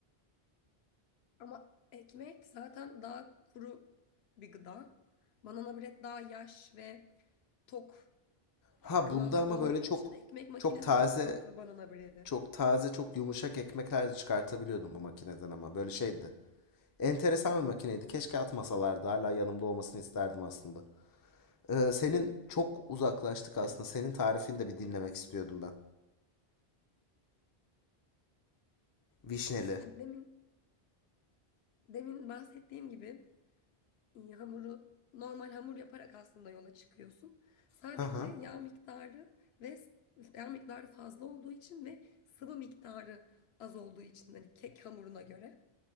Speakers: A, on the left (about 80°); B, on the left (about 35°).
A: Ama ekmek zaten daha kuru bir gıda. Banana bread daha yaş ve tok
B: Ha
A: bir kıvamda
B: bunda ama
A: olduğu
B: böyle çok
A: için ekmek makinesi
B: çok taze,
A: çok kurutur banana bread'i.
B: çok taze, çok yumuşak ekmekler de çıkartabiliyordum bu makineden ama böyle şeydi. Enteresan bir makineydi. Keşke atmasalardı. Hala yanımda olmasını isterdim aslında. E, senin çok uzaklaştık aslında. Senin tarifini de bir dinlemek istiyordum ben. Vişneli.
A: Demin demin bahsettiğim gibi e, hamuru normal hamur yaparak aslında yola çıkıyorsun. Sadece
B: Hı hı.
A: yağ miktarı ve s- yağ miktarı fazla olduğu için ve sıvı miktarı az olduğu için hani kek hamuruna göre